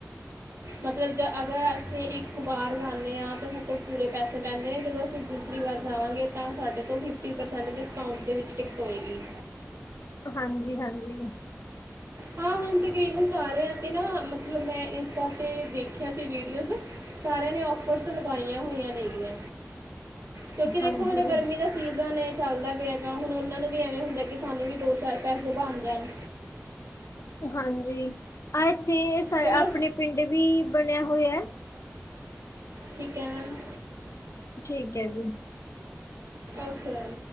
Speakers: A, on the right; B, on the left.
A: ਮਤਲਬ ਜ ਅਗਰ ਅਸੀਂ ਇੱਕ ਵਾਰ ਜਾਂਨੇ ਆ ਤਾਂ ਸਾਥੋਂ ਪੂਰੇ ਪੈਸੇ ਲੈਂਦੇ ਨੇ ਜਦੋਂ ਅਸ ਤ ਦੂਸਰੀ ਵਾਰ ਜਾਵਾਂਗੇ ਤਾਂ ਸਾਡੇ ਤੋਂ ਫਿਫਟੀ ਪਰਸੈਂਟ ਡਿਸਕਾਊਟ ਦੇ ਵਿੱਚ ਟਿਕਟ ਹੋਏਗੀ।
B: ਹਾਂਜੀ-ਹਾਂਜੀ।
A: ਹਾਂ ਹੁਣ ਤਕਰੀਬਨ ਸਾਰਿਆਂ 'ਤੇ ਨਾ ਮਤਲਬ ਮੈਂ ਇੰਸਟਾ 'ਤੇ ਦੇਖਿਆ ਸੀ ਵੀਡੀਓਜ਼ ਸਾਰਿਆਂ ਨੇ ਔਫਰਸ ਲਗਾਈਆਂ ਹੋਈਆਂ ਨੇ ਗੀਆ ਕਿਉਂਕਿ ਦੇਖੋ
B: ਹਾਂਜੀ,
A: ਹੁਣ ਗਰਮੀ ਦਾ ਸੀਜ਼ਨ ਏ ਚੱਲਦਾ ਪਿਆ ਗਾ ਹੁਣ ਉਨਾਂ ਨੂੰ ਵੀ ਐਵੇਂ ਹੁੰਦਾ ਕਿ ਸਾਨੂੰ ਵੀ ਦੋ-ਚਾਰ ਪੈਸੇ ਬਣ ਜਾਨ।
B: ਹਾਂਜੀ ਆਏ ਚੇ ਸਾ
A: ਚਲੋ
B: ਆਪਣੇ ਪਿੰਡ ਵੀ ਬਣਿਆ ਹੋਏ ਐ
A: ਠੀਕ ਐ ਮੈਮ।
B: ਠੀਕ ਐ ਜੀ।
A: ਉਥੇ ਆਈ।